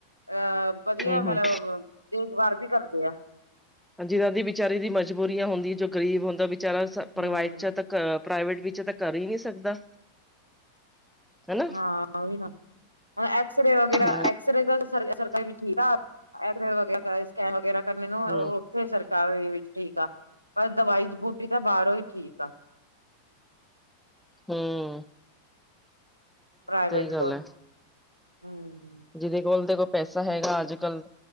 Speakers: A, on the right (about 85°); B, in the centre.
A: ਅ ਵਧੀਆ
B: ਹੂੰ
A: ਮਤਲਬ
B: ਹੂੰ
A: ਦੇਖਭਾਰ ਵੀ ਕਰਦੇ ਆ
B: ਹਾਂਜੀ, ਅੱਗੇ ਵਿਚਾਰੇ ਦੀਆ ਮਜਬੂਰੀਆਂ ਹੁੰਦੀਆਂ ਜੋ ਗਰੀਬ ਹੁੰਦਾ ਵਿਚਾਰਾ ਸ ਪ੍ਰਾਈਟ
A: ਹਮ
B: 'ਚ ਤਾਂ ਪ੍ਰਾਈਵੇਟ ਵਿੱਚ ਤਾਂ ਕਰ ਹੀ ਨੀ ਸਕਦਾ ਹਨਾ
A: ਹਾਂ ਉਹੀ ਨਾ, ਹੁਣ ਐਕਸਰੇ ਵਗੈਰਾ
B: ਹੂੰ
A: ਐਕਸਰੇ ਦਾ ਸਰ ਸਰਕਾਰ ਵੀ ਠੀਕ ਆ ਐਕਸਰੇ ਵਗੈਰਾ ਸਕੈਮ ਵਗੈਰਾ ਕਰਨੇ ਨੂੰ ਉਹ
B: ਹੂੰ
A: ਫੇਰ ਸਰਕਾਰੀ ਵੀ ਠੀਕ ਆ, ਪਰ ਦਵਾਈ ਬੂਟੀ ਤਾਂ ਬਾਹਰੋਂ ਹੀ ਠੀਕ ਆ
B: ਹੂੰਮ
A: ਪ੍ਰਾਈਵੇਟ
B: ਗੱਲ
A: ਕੋ,
B: ਹੈ
A: ਹਮ
B: ਜਿਹਦੇ ਕੋਲ ਦੇਖੋ ਪੈਸਾ ਹੈਗਾ ਅੱਜ- ਕੱਲ